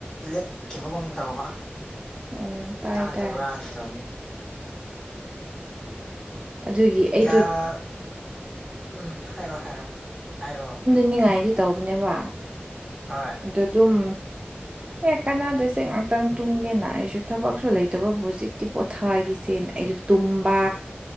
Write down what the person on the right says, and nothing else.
ꯑꯣ ꯇꯥꯏ
ꯇꯥꯏ
ꯑꯗꯨꯒꯤ ꯑꯩꯗꯣ
ꯅꯤꯡꯉꯥꯏꯗꯤ ꯇꯧꯕꯅꯦꯕ
ꯑꯗꯨ ꯗꯨꯝ ꯑꯦ ꯀꯥꯟꯅꯥꯗꯦꯁꯦ ꯉꯥꯛꯇꯪ ꯇꯨꯝꯒꯦꯅ ꯑꯩꯁꯨ ꯊꯕꯛꯁꯨ ꯂꯩꯇꯕꯕꯨ ꯍꯧꯖꯤꯛꯇꯤ ꯄꯣꯊꯥꯈꯤꯁꯦꯅ ꯑꯩꯖꯨ ꯇꯨꯝꯕꯥ